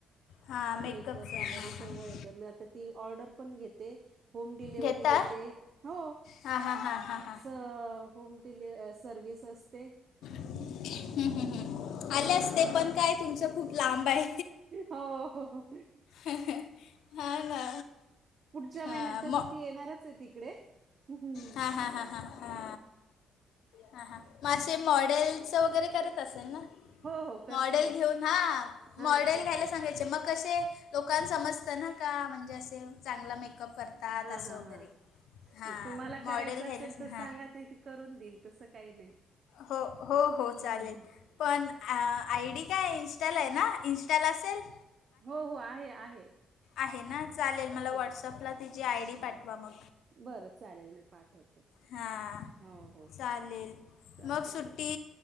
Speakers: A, on the left; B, on the right.
A: हां मेकअपचं
B: मेकअप वगैरे
A: हां
B: सर्व
A: हां
B: येतं, मग आता ती ऑर्डर पण घेते. होम डिलिव्हरी
A: घेता
B: देते. हो
A: हां हां हां हां हां
B: स होम डिली सर्विस असते.
A: हू हू
B: हम्म
A: आले असते, पण काय तुमचं खूप बाय,
B: हो.
A: हा ना?
B: पुढच्या महिन्यात
A: आ
B: तशी
A: म.
B: ती येणारच आहे तिकडे. हां.
A: हा हा हा हा हा. हा हा. मग असं मॉडेलच वगैरे करत असेल ना?
B: हो, हो करते
A: मॉडेल
B: ना.
A: घेऊन हा.
B: हां,
A: मॉडेल
B: करते.
A: घ्यायला सांगायच. च म कसे लोकां समजत ना का? म्हणजे असे चांगला मेक अप करतात
B: हां,
A: असं
B: हां,
A: वगैरे.
B: हां.
A: हां
B: तुम्हाला
A: मॉडेल
B: करायचं
A: घ्यायला
B: असेल
A: सांग
B: तर,
A: हां
B: सांगा ती तिक करून देईल तसं काही नाही.
A: हो हो हो चालेल.
B: हं, हं.
A: पण आ आय डी काय हाय? इनस्टाला हाय ना? इनस्टाला असेल
B: हो हो. आहे आहे.
A: आहे ना? चालेल मला
B: हो.
A: व्हॉट्सअपला तिची आय डी पाठवा म.
B: बरं चालेल मी पाठवते.
A: हां
B: हो, हो.
A: चालेल
B: चालेल.
A: मग सुट्टी